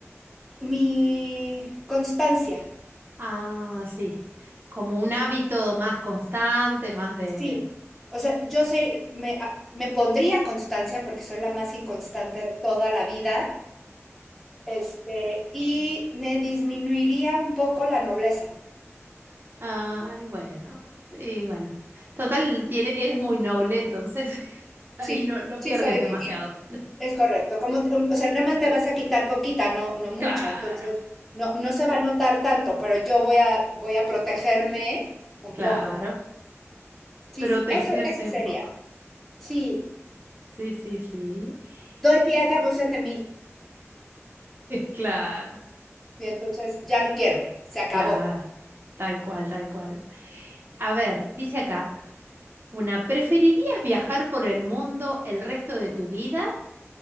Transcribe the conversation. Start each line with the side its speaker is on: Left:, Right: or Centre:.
Centre: mi constancia,
Right: ah, sí, como un hábito más constante, más de
Centre: sí. O sea, yo sé, me, a- me pondría constancia porque soy la más inconstante de toda la vida, este, y me disminuiría un poco la nobleza.
Right: Ay, bueno. Y bueno. Total, tiene, eres muy noble, entonces <laughs> ahí
Centre: Sí,
Right: no, no
Centre: sí
Right: pierdes
Centre: soy,
Right: demasiado.
Centre: Es correcto, como, o sea, nada más me vas a quitar poquita, no, no mucha,
Right: Claro,
Centre: entonces no, no se va a notar tanto, pero yo voy a, voy a protegerme un
Right: claro.
Centre: poco. Sí,
Right: Protegerte
Centre: sí, eso, eso sería.
Right: un poco.
Centre: Sí,
Right: Sí, sí, sí.
Centre: doy pie
Right: Y-
Centre: a que abusen de mí
Right: claro,
Centre: y entonces ya no quiero, se acabó.
Right: claro. Tal cual, tal cual. A ver, dice acá, una, ¿preferirías viajar por el mundo el resto de tu vida